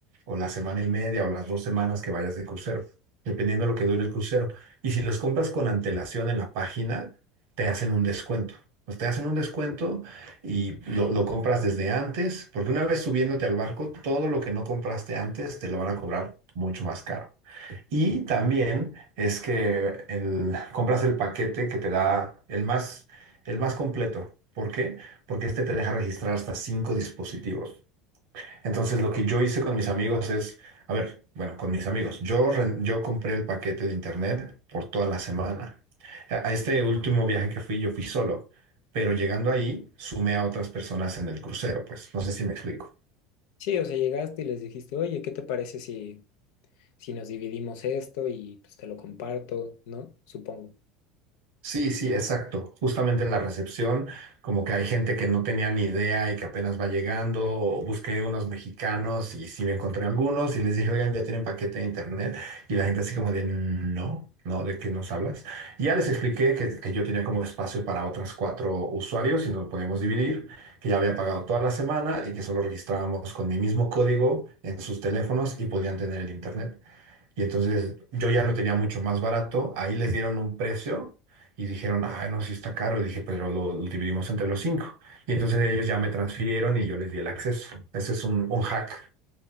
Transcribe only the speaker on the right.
o la semana y media, o las dos semanas que vayas de crucero, dependiendo de lo que dure el crucero. Y si los compras con antelación en la página, te hacen un descuento. Pues te hacen un descuento y lo, lo compras desde antes, porque una vez subiéndote al barco, todo lo que no compraste antes te lo van a cobrar mucho más caro. Y también es que el- compras el paquete que te da el más, el más completo. ¿Por qué? Porque este te deja registrar hasta cinco dispositivos. Entonces, lo que yo hice con mis amigos es, a ver, bueno, con mis amigos, yo, ren- yo compré el paquete de internet por toda la semana. A, a este último viaje que fui, yo fui solo, pero llegando ahí, sumé a otras personas en el crucero, pues no sé si me explico.
Sí, sí, exacto. Justamente en la recepción, como que hay gente que no tenía ni idea y que apenas va llegando, o busqué unos mexicanos y sí me encontré algunos y les dije, oigan, ya tienen paquete de internet. Y la gente así como de, no, no, ¿de qué nos hablas? Y ya les expliqué que, que yo tenía como espacio para otras cuatro usuarios y nos podíamos dividir, que ya había pagado toda la semana y que solo registrábamos con mi mismo código en sus teléfonos y podían tener el internet. Y entonces yo ya lo tenía mucho más barato. Ahí les dieron un precio y dijeron, ah, no, sí está caro. Y dije, pero lo, lo dividimos entre los cinco. Y entonces ellos ya me transfirieron y yo les di el acceso. Ese es un, un hack.